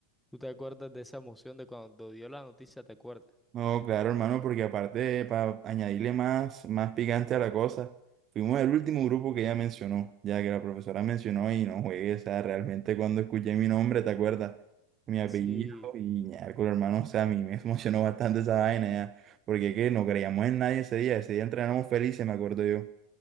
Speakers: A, in the centre; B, on the right (about 35°).
A: ¿Tú te acuerdas de esa emoción de cuando dio la noticia? ¿Te acuerdas?
B: No, claro, hermano, porque aparte, para añadirle más, más picante a la cosa, fuimos el último grupo que ella mencionó, ya que la profesora mencionó y no juegué, o sea, realmente cuando escuché mi nombre, ¿te acuerdas? Mi apellido
A: Sí,
B: y con hermano, o sea, a mí me <laughs> emocionó bastante esa vaina ya, porque es que no creíamos en nadie ese día, ese día entrenamos felices, me acuerdo yo.